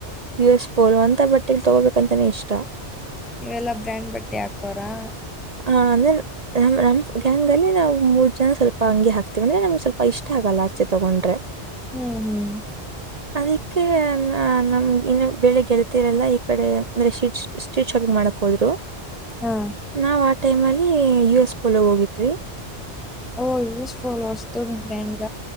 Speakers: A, on the right; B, in the centre.
A: U S four ಅಂತ ಬಟ್ಟಲಿ ತಗೋಬೇಕಂತಾನೆ ಇಷ್ಟ
B: ಇವೆಲ್ಲಾ ಬ್ರ್ಯಾಂಡ್ ಬಟ್ಟೆ ಹಾಕೋರಾ
A: ಹ ಅಂದ್ರೆ ನಮ್ ನಮ್ ಗ್ಯಾಂಗ್ ಅಲ್ಲಿ ನಾವು ಮೂರ್ ಜನ ಸ್ವಲ್ಪ ಅಂಗಿ ಹಾಕ್ತಿೇವಿ ಅಂದ್ರೆ ನಮ್ಗೆ ಸ್ವಲ್ಪ ಇಷ್ಟ ಆಗಲ್ಲ ಆಚೆ ತಗೊಂಡ್ರೆ
B: ಹ್ಮ್ ಹ್ಮ್
A: ಅದಿ ೆ ನಮ್ಗೆ ಇನ್ನು ಬೆೇಳೆ ಗೆಳತಿರಲ್ಲಾ ಈ ಕಡೆ ಅಂದ್ರೆ ಶ್ಟೀಟ್ ಸ್ಟ್ರೀಟ್ ಶಾಪಿಂಗ್ ಮಾಡಕ್ ಹೋದ್ರು
B: ಹಾ
A: ನಾವ್ ಆ ಟೈಮ್ ಅಲ್ಲಿ ಯು ಎಸ್ ಪಲ ಹೋಗಿದ್ವಿ
B: ಓ ಯೂಸ್ಫೋನ್ ತೋಡ ಗ್ರ್ಯಾಂಡ್ಗ